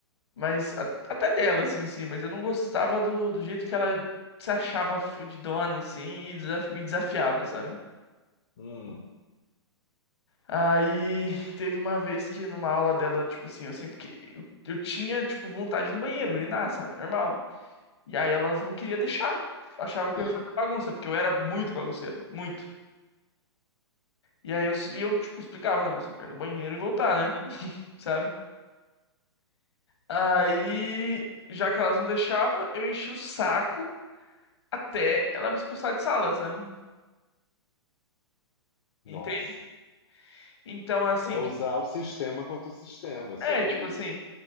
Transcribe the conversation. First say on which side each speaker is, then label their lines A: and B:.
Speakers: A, on the left; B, on the left.
A: Mas. a- Até dela, assim, sim. mas eu não gostava do, do jeito que ela se achava fudidona, assim, e desaf- me desafiava, sabe?
B: hum.
A: Aí teve uma vez que numa aula dela, tipo assim, eu sempre que eu, eu tinha, tipo, vontade no banheiro, urinar, sabe? Normal. E aí elas não queriam deixar. Achava que
B: E,
A: eu ia fazer bagunça, porque eu era muito bagunceiro, muito. E aí eu, s- e eu tipo, explicava, não, eu só quero ir no banheiro e voltar, né? Sabe? Aí, já que elas não deixavam, eu enchi o saco até ela me expulsar de sala, sabe? Entende?
B: nossa,
A: Então, assim,
B: é usar
A: tipo,
B: o sistema contra o sistema, é sobre
A: é, tipo
B: isso.
A: assim,